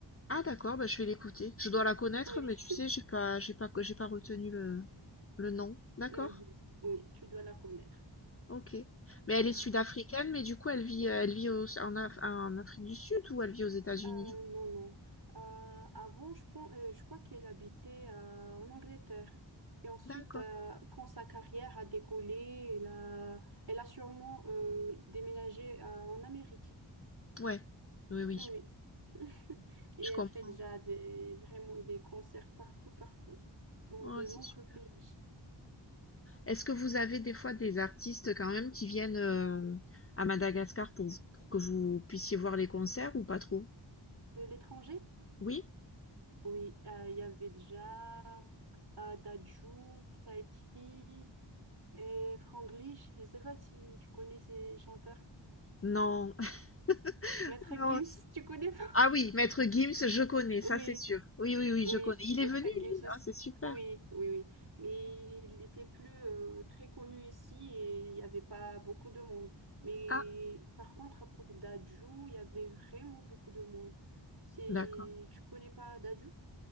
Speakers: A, on the left (about 30°); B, on the right (about 50°).
A: Ah d'accord, bah, je vais l'écouter. Je dois la connaître,
B: Oui,
A: mais tu
B: <laughs>
A: sais, j'ai pas j'ai pas j'ai pas retenu le le nom. D'accord.
B: Mhm. Oui, tu dois la connaître.
A: OK. Mais elle
B: Euh,
A: est sud-africaine, mais du coup, elle vit euh, elle vit au- en, Af- en Afrique du Sud ou elle vit aux États-Unis
B: Euh,
A: du coup?
B: non, non. Euh, avant, je pense, euh, je crois qu'elle habitait euh, en Angleterre. Et ensuite,
A: D'accord.
B: euh, quand sa carrière a décollé, elle a, elle a sûrement euh, déménagé euh, en Amérique.
A: Ouais. Oui, oui.
B: Oui. <laughs> Et
A: Je
B: elle
A: comprends.
B: fait déjà des, vraiment des concerts partout, partout, dans
A: Ouais,
B: de nombreux
A: c'est super.
B: pays.
A: Est-ce que vous avez des fois des artistes quand même qui viennent euh, à Madagascar pour, pour que vous puissiez voir les concerts ou pas trop?
B: De l'étranger?
A: Oui?
B: Oui, euh, il y avait déjà euh, Dadju, Taiki et Franglish. Je ne sais pas si tu connais ces chanteurs.
A: Non. <laughs>
B: Maître
A: Non,
B: Gims, tu connais pas?
A: Ah oui, Maître Gims, je connais, ça
B: Oui,
A: c'est sûr. Oui, oui, oui,
B: oui,
A: je connais. Il
B: Maître
A: est venu, lui.
B: Gims aussi.
A: Ah, c'est super.
B: Oui, oui, oui. Mais il était plus euh, très connu ici et il n'y avait pas beaucoup de monde. Mais
A: Ah,
B: par contre, pour Dadju, il y avait vraiment beaucoup de monde. C'est...
A: d'accord.
B: Tu connais pas Dadju?